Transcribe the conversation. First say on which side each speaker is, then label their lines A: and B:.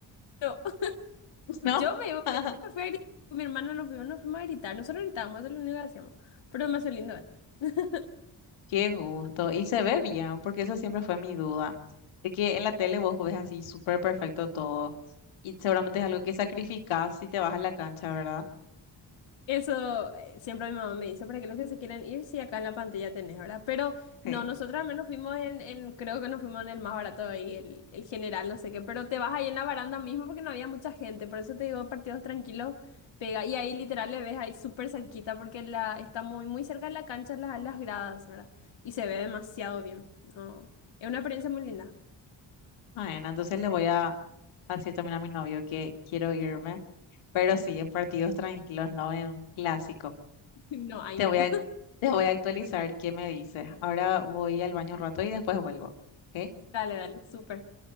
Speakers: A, on the left; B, on the left.
A: Yo, <laughs>
B: <laughs> ¿No?
A: yo me,
B: <laughs>
A: me- me fui a gritar, con mi hermana nos fuimos, nos fuimos a gritar, nosotros gritábamos, eso es lo único que hacíamos, pero demasiado lindo, ¿eh? <laughs>
B: Qué gusto. Y se ve bien, porque eso siempre fue mi duda. De que en la tele vos ves así súper perfecto todo y seguramente es algo que sacrificás si te vas a la cancha, ¿verdad?
A: Eso eh, siempre mi mamá me dice, para que los que se quieran ir, si acá en la pantalla tenés, ¿verdad? Pero no,
B: Sí.
A: nosotros al menos fuimos en, en- creo que nos fuimos en el más barato ahí, el, el general, no sé qué, pero te vas ahí en la baranda mismo porque no había mucha gente, por eso te digo, partidos tranquilos, pega, y ahí literal le ves ahí súper cerquita porque la, está muy, muy cerca de la cancha, las, las gradas, ¿verdad? Y se ve demasiado bien, no, es una experiencia muy linda.
B: Bueno, entonces le voy a así también a mi novio que quiero irme, pero
A: Sí.
B: sí en partidos tranquilos, no en clásico.
A: <laughs> No, ahí
B: Te
A: no.
B: voy
A: <laughs>
B: a, te voy a actualizar qué me dice. Ahora voy al baño un rato y después vuelvo. ¿ok?
A: Dale, dale, súper.